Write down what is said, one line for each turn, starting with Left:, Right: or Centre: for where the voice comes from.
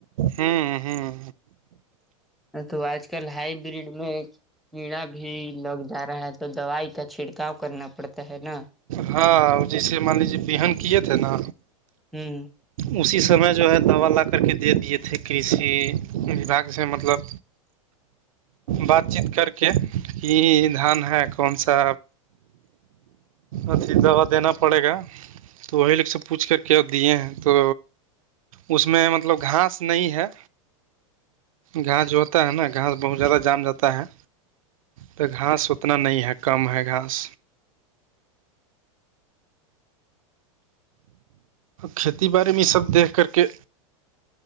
Right: ہوں ہوں
Centre: تو آج کل ہائی بریڈ میں کیڑا بھی لگ جا رہا ہے تو دوائی کا چھڑکاؤ کرنا پڑتا ہے نا
Right: ہاں جیسے مان لیجیے بیہن کیے تھے نا
Centre: ہوں
Right: اسی سمے جو ہے دوا لا کر کے دے دیے تھے کسی وبھاگ سے مطلب بات چیت کر کے یہ دھان ہے کون سا اھی دوا دینا پڑے گا تو وہی لوگ سب پوچھ کر کے اور دیے ہیں تو اس میں مطلب گھاس نہیں ہے گھاس جو ہوتا ہے نا گھاس بہت زیادہ جان جاتا ہے تو گھاس اتنا نہیں ہے کم ہے گھاس کھیتی باڑی میں سب دیکھ کر کے